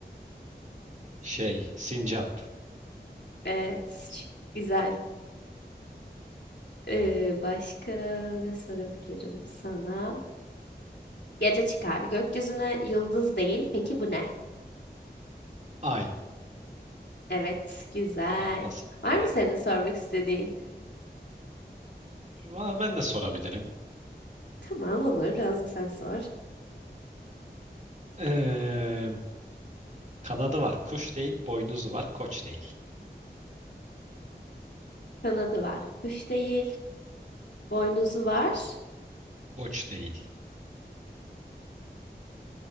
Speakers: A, on the right; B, on the left.
A: Şey sincap.
B: Evet, güzel. Ee,
A: Evet.
B: başka ne sorabilirim sana? Gece çıkar. Gökyüzüne yıldız değil. Peki bu ne?
A: Ay.
B: Evet, güzel.
A: E, basitti
B: Var mı
A: ya.
B: senin sormak istediğin?
A: Va- Ben de sorabilirim.
B: Tamam olur. Biraz da sen sor.
A: Ee, kanadı var kuş değil. Boynuzu var koç değil.
B: Kanadı var. Kuş değil. Boynuzu var.
A: Koç değil.